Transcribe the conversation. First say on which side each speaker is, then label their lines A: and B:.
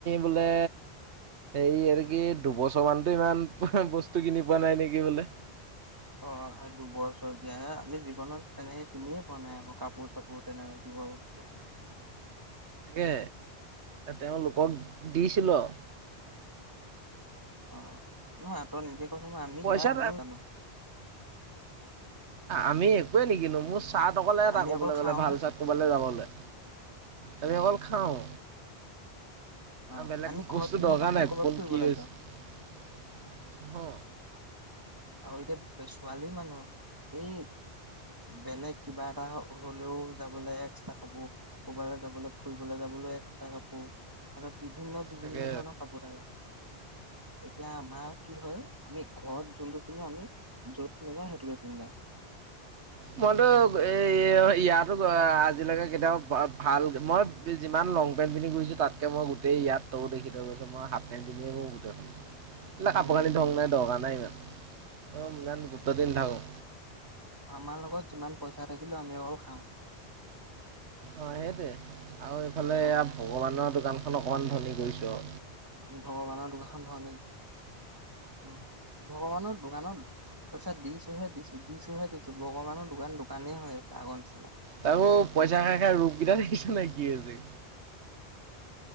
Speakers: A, on the right; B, on the right.
A: বোলে, এই আৰু কি দুবছৰমানতে ইমান বস্তু কিনি পোৱা নাই নেকি বোলে।
B: অ, দুব চৰকীয়া আমি জীৱনত তেনেকে কিনিয়ে পোৱা নাই আকৌ কাপোৰ চাপোৰ তেনেকে। বহ <unintelligible>
A: তাকে তেওঁলোকক দিছিলোঁ আৰু।
B: অ, নহয় তই নিজে কৈছ মই আমি
A: পইচা
B: বা কিনো জানো।
A: আমি একোৱে নিকিনো মোৰ ছাট অকলে এটা
B: আমি
A: ক'বলৈ
B: অকল খাওঁহে
A: গ'লে ভাল চাট ক'বালৈ যাবলে। আমি অকল খাওঁ।
B: অ
A: বেলেগ
B: আমি ঘৰত
A: বস্তু
B: পিন্ধা
A: দৰকাৰ
B: কাপোৰে
A: নাই
B: ক'ৰবাত
A: কোন
B: ফুৰিবলৈ
A: কি হৈছে
B: যাওঁ
A: অহ,
B: আৰু এতিয়া ছোৱালী মানুহ। এই বেলেগ কিবা এটা হলেও যাবলৈ এক্সত্ৰা কাপোৰ ক'ৰব যাবলৈ ফুৰিবলৈ যাবলৈ একটা কাপোৰ, বিভিন্ন-বিভিন্ন
A: তাকে
B: ধৰণৰ কাপোৰ থাকে। এতিয়া আমাৰ কি হয় আমি ঘৰত যোনটো তুমি আমি য'ত নাযাওঁ সেইটোকে পিন্ধা
A: মইতো এ ইয়াতো আজিলৈকে কেতিয়াবা ভাল মই যিমান ল পেট পিনিধুছো তাতক মই গোটেই ইয়াত তো দেখি থৈছ মই হফ পেন্ট পিনিয়ে মো গোটেইখন। এইাক
B: উম
A: কাপোৰ কানি ধং নাই দকাৰ নাই। অ, মূলন গুৰুত্ব দি নাথাকোঁ।
B: আমাৰ লগত যিমান পইচা থাকিলো আমি অকল খাওঁ।
A: অ, সেইটোৱে আৰু এইফালে এই
B: অ
A: ভগৱানৰ দোকানখন অকণমান ধনী কৰিছোঁ।
B: ভগৱানৰ দোকান খন ধনী অ', ভগৱানৰ দোকানত পইচা দিছোহে দিছো, দিছোহে দিছো, ভগৱানৰ দোকান দোকানেই হৈ আছে আগৰ নিচিনা।
A: তাৰো পইচা খাই-খাই ৰূপ কেইটা থাকিছে নে কি হৈছে।